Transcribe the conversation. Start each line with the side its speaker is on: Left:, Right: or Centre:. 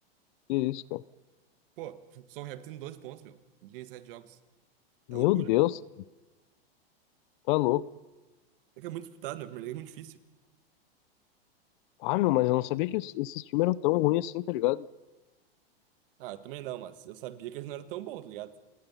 Left: que isso, cara.
Right: Pô, <laughs> Southampton tem 12 pontos, meu. Em 17 jogos.
Left: Meu
Right: É loucura.
Left: Deus, tá louco.
Right: É que é muito disputado, meu. A Primeira Liga é muito difícil.
Left: Ah, meu, mas eu não sabia que os- esses times eram tão ruins assim, tá ligado?
Right: Ah, eu também não, mas eu sabia que eles não eram tão bons, tá ligado?